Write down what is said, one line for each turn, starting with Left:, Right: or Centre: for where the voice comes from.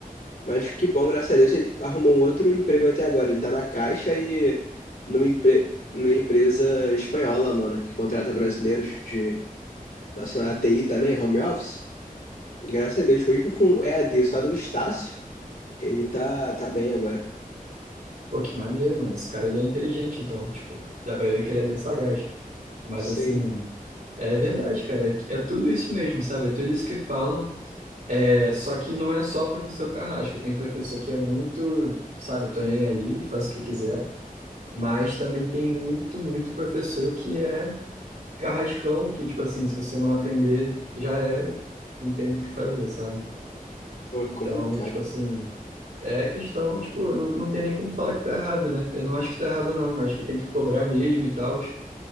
Left: Mas que bom, graças a Deus, ele arrumou um outro emprego até agora. Ele tá na Caixa e numa, empre... numa empresa espanhola, mano, que contrata brasileiros de relacionado à TI também, home office. E Graças a Deus, mesmo com EAD só do Estácio, ele tá, tá bem agora.
Right: Pô, que maneiro, mano, esse cara, ele é inteligente, então, tipo, dá pra ver que ele é bem sagaz. Mas,
Left: Sei,
Right: assim, é verdade, cara, é, é tudo isso mesmo, sabe? É tudo isso que falam, É, só que não é só professor carrasco, tem professor que é muito, sabe, tô nem aí, faz o que quiser, mas também tem muito, muito professor que é carrascão, que, tipo assim, se você não aprender, já era, não tem muito o que fazer, sabe?
Left: pô, complicado.
Right: Então, tipo assim, é questão, tipo, não, não tem nem como falar que tá errado, né? Eu não acho que tá errado, não, acho que tem que cobrar mesmo e tal,